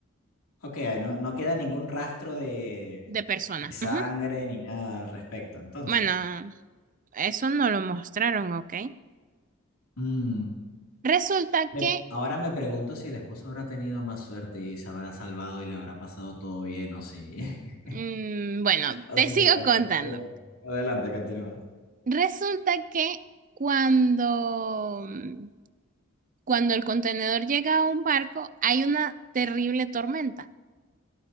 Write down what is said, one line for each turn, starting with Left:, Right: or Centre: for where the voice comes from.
Left: ok, no, no queda ningún rastro de,
Right: de personas.
Left: de sangre
Right: Ujú.
Left: ni nada al respecto, entonces.
Right: Bueno, eso no lo mostraron, ¿ok?
Left: Mm,
Right: Resulta
Left: Me-
Right: que,
Left: ahora me pregunto si el esposo habrá tenido más suerte y se habrá salvado y le habrá pasado todo bien o si... <laughs>
Right: mm, bueno,
Left: Así,
Right: te sigo
Left: ah,
Right: contando.
Left: la verdad, pero- Adelante, continúa.
Right: Resulta que cuando, mm, cuando el contenedor llega a un barco, hay una terrible tormenta.